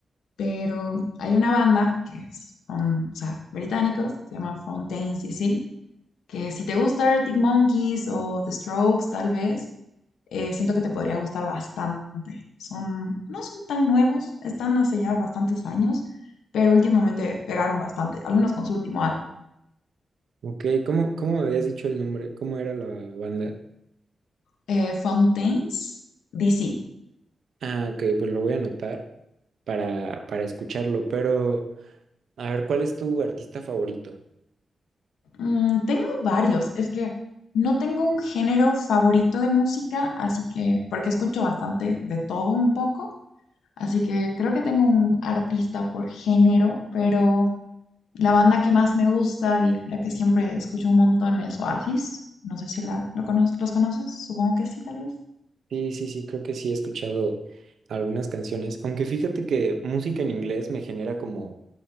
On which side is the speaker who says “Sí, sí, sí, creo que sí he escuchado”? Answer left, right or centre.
Right